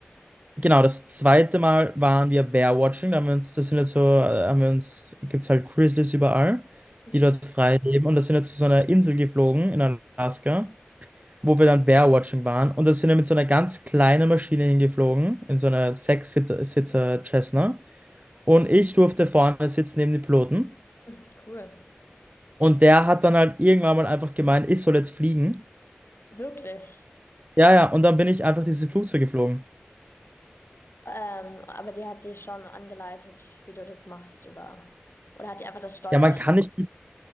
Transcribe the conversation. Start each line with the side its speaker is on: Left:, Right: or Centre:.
Right: genau, das zweite Mal waren wir Bear-Watching. Da haben wir uns, das sind jetzt so, äh, haben wir uns, gibt es halt Grizzlies überall,
Left: Mhm.
Right: die dort frei leben. Und da sind wir zu so einer Insel geflogen in Alaska, wo wir dann Bear-Watching waren. Und da sind wir mit so einer ganz kleinen Maschine hingeflogen, in so einer Sechs-Sitzer Cessna. Und ich durfte vorne sitzen neben den Piloten.
Left: Mhm. Cool.
Right: Und der hat dann halt irgendwann mal einfach gemeint, ich soll jetzt fliegen.
Left: Wirklich.
Right: Ja, ja, und dann bin ich einfach dieses Flugzeug geflogen.
Left: Ähm, aber die hat dich schon angeleitet, wie du das machst, oder? Oder hat die einfach das Steuer?
Right: Ja, man kann nicht.